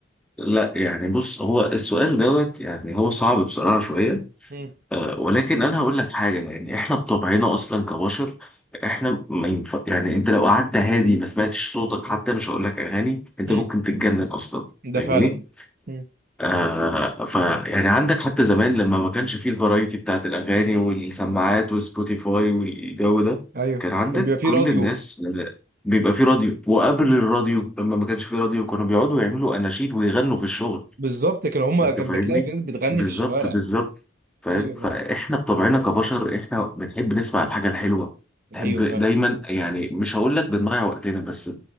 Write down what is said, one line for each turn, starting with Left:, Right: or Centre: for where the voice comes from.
Centre: لا يعني بص هو السؤال دوت يعني هو صعب بصراحة شوية
Right: مم.
Centre: آه، ولكن انا هقول لك حاجة يعني احنا بطبعنا اصلا كبشر احنا ما ينف... يعني انت لو قعدت هادي ما سمعتش صوتك حتى مش هقول لك اغاني انت
Right: مم.
Centre: ممكن تتجنن اصلا
Right: ده
Centre: فاهمني
Right: فعلا مم.
Centre: آه ف يعني عندك حتى زمان لما ما كانش فيه الفرايتي بتاعت الاغاني والسماعات وسبوتيفاي والجو ده
Right: ايوه
Centre: كان عندك
Right: كان بيبقى فيه
Centre: كل
Right: راديو
Centre: الناس آه، بيبقى فيه راديو وقبل الراديو لما ما كانش فيه راديو كانوا بيقعدوا يعملوا اناشيد ويغنوا في الشغل
Right: بالظبط كان هما
Centre: انت
Right: كان
Centre: فاهمني
Right: بتلاقي في ناس بتغني
Centre: بالظبط
Right: في الشوارع
Centre: بالظبط فاهم
Right: ايوه
Centre: فاحنا
Right: فعلا
Centre: بطبعنا كبشر احنا بنحب نسمع الحاجه الحلوه بنحب
Right: ايوه
Centre: دايما
Right: فعلا
Centre: يعني مش هقول لك بنضيع وقتنا بس